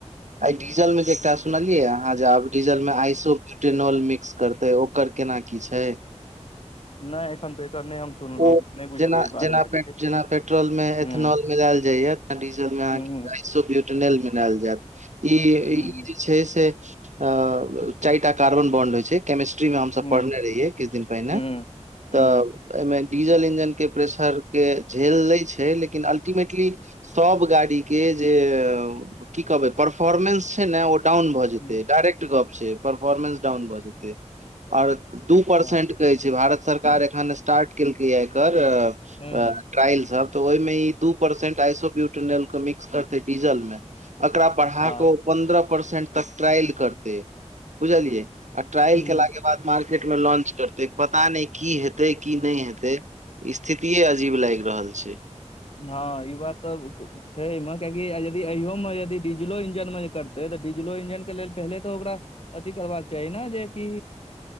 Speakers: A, on the right; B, on the left.
A: आ डीजल मे जे एकटा सुनलियै अहाँ जे आब डीजल मे आइसो बूटेनोल मिक्स करते ओकर केना की छै
B: नहि एखन तऽ एकर नहि हम सुनलहुँ
A: ओ
B: नहि बुझलियै
A: जेना
B: एहि बारेमे
A: जेना
B: एखन किछ
A: पेट्रोल मे
B: हूँ
A: इथेनॉल मिलायल जाइए या डीजल मे अहाँ
B: हूँ
A: के
B: हूँ
A: अइसो ब्युटेनाॅल मिलेल जायत ई
B: हूँ
A: जे छै से अ चारिटा कार्बन बन्ड होइ छै केमिस्ट्री मे हम सब
B: हूँ
A: पढ़ने रहियै किछ दिन पहिने
B: हूँ हूँ
A: तऽ एहि मे डीजल इंजन के प्रेशर के झेल लै छै लेकिन अल्टीमेटली सब गाड़ी के जे की कहबै परफोर्मेंस छै ने ओ डाउन भऽ जेतै
B: हूँ
A: डायरेक्ट गप छै परफॉर्मेंस डाउन भऽ जेतै आ ओर दू
B: अच्छा
A: परसेंट
B: हूँ
A: कहै छै भारत सरकार एखन स्टार्ट केलकै आ एकर
B: हूँ
A: ट्रईल सब तऽ ओहि मे ई दू परसेंट आइसो बुटयनल के मिक्स करते डीजल मे एकरा बढ़ा
B: हँ
A: कऽ पन्द्रह परसेंट तक ट्रायल करतै बुझलियै ट्रायल
B: हूँ
A: के लागे मार्केट मे लॉंच करते पता नहि की हेतै की नहि हेतै स्थितिये अजीब लागि रहल छै
B: हँ ई बात तऽ छैमे कियकि यदि अयो मे यदि डीजलो इंजन मे जे करतै तऽ डीजलो इंजन के लेल पहिले तऽ ओकरा अथी करबाक चाही ने जेकि